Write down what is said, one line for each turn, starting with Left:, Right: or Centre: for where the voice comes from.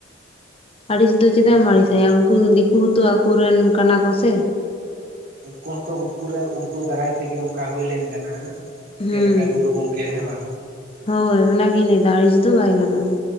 Left: ᱟᱹᱲᱤᱥ ᱫᱚ ᱪᱮᱫᱟᱜ ᱮᱢ ᱟᱹᱲᱤᱥ
Right: ᱦᱳᱭ
Left: ᱟᱭᱟ ᱩᱱᱠᱩ ᱫᱤᱠᱩ ᱦᱚᱸ ᱛᱚ ᱟᱠᱚᱨᱮᱱ ᱠᱟᱱᱟ ᱠᱚ ᱥᱮ
Right: ᱩᱱᱠᱩ ᱦᱚᱸᱛᱚ ᱩᱱᱠᱩ ᱨᱮᱱ ᱩᱱᱠᱩ ᱫᱟᱨᱟᱭ ᱛᱮᱜᱮ ᱚᱱᱠᱟ ᱦᱩᱭ ᱞᱮᱱ ᱛᱟᱦᱮᱱᱟ᱾
Left: ᱦᱩᱸ᱾
Right: ᱪᱮᱫ ᱞᱮᱠᱟ ᱜᱩᱨᱩ ᱜᱚᱝᱠᱮ ᱦᱮᱸ ᱵᱟ
Left: ᱦᱳᱭ ᱚᱱᱟᱜᱤᱧ ᱞᱟᱹᱭᱫᱟ ᱟᱹᱲᱤᱥ ᱫᱚ ᱵᱟᱭ ᱜᱟᱱᱚᱜᱼᱟ